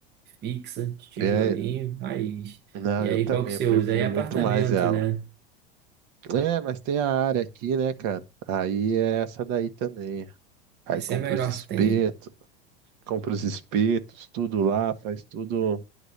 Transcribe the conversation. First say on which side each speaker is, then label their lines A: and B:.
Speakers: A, on the right; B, on the right.
A: Fixa, de tijolinho,
B: é,
A: raiz.
B: não,
A: E
B: eu
A: aí,
B: também,
A: qual que você
B: eu prefiro
A: usa? Aí, apartamento,
B: muito mais ela.
A: né?
B: É, mas tem a área aqui, né, cara? Aí é essa daí também. Aí
A: Essa
B: compra
A: é a melhor
B: os espetos,
A: que tem.
B: compra os espetos, tudo lá, faz tudo,